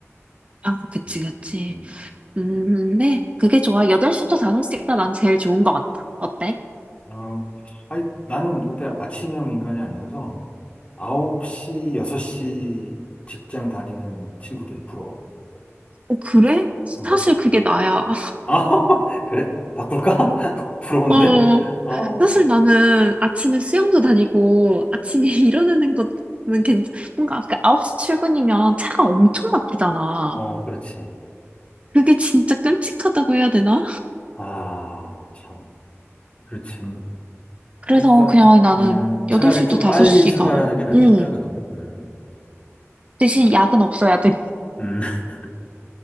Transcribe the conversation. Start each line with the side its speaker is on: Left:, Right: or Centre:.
Right: 아, 그치,
Left: 음,
Right: 그치.
Left: 음.
Right: 음, 네. 그게 좋아. 8시부터 5시가 난 제일 좋은 것 같아. 어때?
Left: 어, 아니, 나는 근데 아침형 인간이 아니라서 9시, 6시 직장 다니는 친구들이 부러워.
Right: 어, 그래? 사실
Left: 어.
Right: 그게 나야. <laughs>
Left: 아, <laughs> 그래? 바꿀까? <laughs> 부러운데?
Right: 어,
Left: 아, 어,
Right: 사실 나는 아침에 수영도 다니고 아침에 <laughs> 일어나는 것는 괜찮, 뭔가 그 9시 출근이면 차가 엄청 막히잖아.
Left: 어, 그렇지.
Right: 그게 진짜 끔찍하다고 해야 되나?
Left: 아, 참. 그렇지.
Right: 그래서
Left: 그러니까
Right: 그냥 나는
Left: 음, 차라리
Right: 8시부터
Left: 좀
Right: 5시가,
Left: 빨리 출발하는 게 낫겠다
Right: 응.
Left: 그러면. 음.
Right: 대신 약은 없어야 돼.
Left: 음. <laughs>